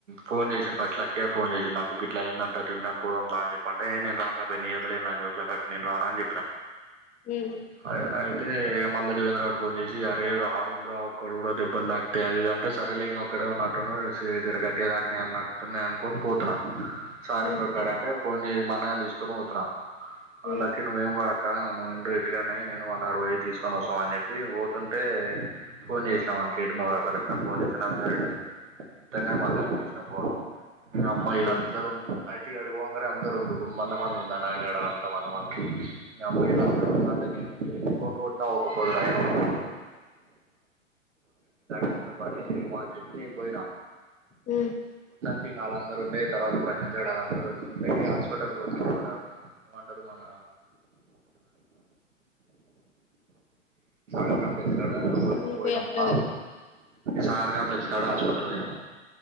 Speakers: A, on the right; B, on the left.
A: ఫోన్ చేసిండు ఫస్ట్ లక్కి గాడ్ ఫోన్ చేసిండు నాకు గిట్లా అయింద <unintelligible> పొదంద అని చెప్పంటే హే నేన్ రన్ రాబియత లేని నోట్ల కడికి నేను రానాని చెప్పిన
B: ఉమ్
A: అ అ అంతే ఇక మళ్ళ దేవేంద్ర గాడు ఫోన్ చేసి అరే రారెంర ఒక్కడు కూడా దెబ్బలు తాకితే అది ఇది అంటే సరేలే ఇక ఇక్కడే ఉన్నట్టురు సేతికూడా గాట్టటి దకినై అన్నట్టున అనుకోని పోతున్నా సారంగ్
B: ఉమ్
A: రోడ్ కాడ అంటే ఫోన్ జయ్ మననీసు సును వచ్చునా హలాకి
B: ఉమ్
A: నువె రా ఇక్కడ నువ్వు ఎండు ఎటుకనే నేను మానాడు పోయి తీసుకొని వస్తాం అని చెప్పి పోతుంటే ఫోన్ చేసినా వానికి ఏడ ఉన్నావు రా కరెక్ట్ అని ఫోన్ చేసిా అక్కనే మను గానికి ఇచ్చిన ఫోను ఆడ అమ్మాయిలు
B: ఉమ్
A: అందరూ ఉంయి టి ఆడికి పోగానే అందరు ఉండ్రు అంద మంది ఉంది ఆ నగడ యడల అంత అంద మంది ఉంది ఇ అమ్మాయిలు
B: ఉమ్
A: అందరూ ఉంట నీ ట్ ఊపోతుల్ క మూలకు పడేసిన్రు వాడ నేను పోయినా
B: ఉ
A: టింగ్ వాళ్ళందరూ ఉండే తర్వాత ప్రశాంతు గాడు వాళ్ళందరూ వచ్చిండేయి హాస్పిటల్కి వచ్చిన వాళ్ళ ఇమంటారు మన ర్ కాంప్లెక్స్ కాడ పోయి
B: వినిపియట్లేదు
A: పోయినము ఫా సార్ కంప్లక్స్ ఇకడ హాస్పిటల్ పోయినం